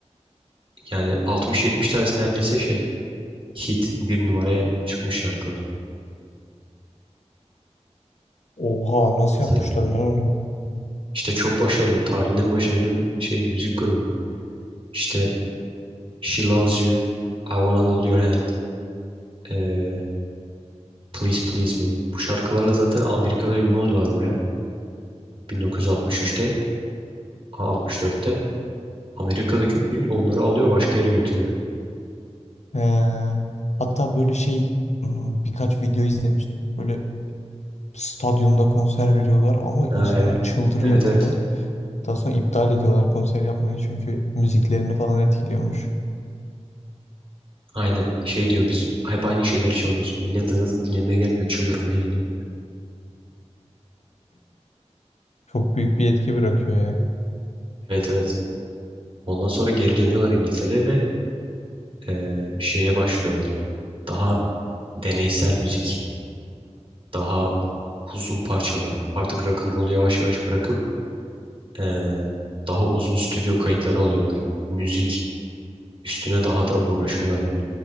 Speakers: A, on the right (about 50°); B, on the left (about 75°).
A: Yani 60-70 tanesi neredeyse şey hit bir numaraya çıkmış şarkılar
B: Oha nasıl
A: mesela.
B: yapmışlar lan onu?
A: İşte çok başarılı. Tarihin en başarılı şey müzik grubu. İşte She Loves You, I Wanna Hold Your Hand, eee, Please Please Me. Bu şarkılarla zaten Amerika'da ünlü oluyorlar baya. 1963'te, ha, 64'te. Amerika'daki ün onları alıyor başka yere götürüyor.
B: Ee, hatta böyle şey hmm, birkaç video izlemiştim. Böyle stadyumda konser veriyorlar ama insanlar
A: Ha, evet.
B: çıldırıyor
A: Evet
B: böyle.
A: evet.
B: Daha sonra iptal ediyorlar konser yapmayı çünkü müziklerini falan etkiliyormuş.
A: Aynen. Şey diyor biz hep aynı şeyleri çalıyoruz. Millet de zaten dinlemeye gelmiyor. Çıldırmaya geliyor.
B: Çok büyük bir etki bırakıyor ya.
A: Evet evet. Ondan sonra geri dönüyorlar İngiltere'ye ve eee, şeye başlıyorlar. Daha deneysel müzik. Daha uzun parçalar. Artık rock'n'roll'u yavaş yavaş bırakıp eee, daha uzun stüdyo kayıtları alıyorlar. Müzik üstüne daha da uğraşıyorlar yani.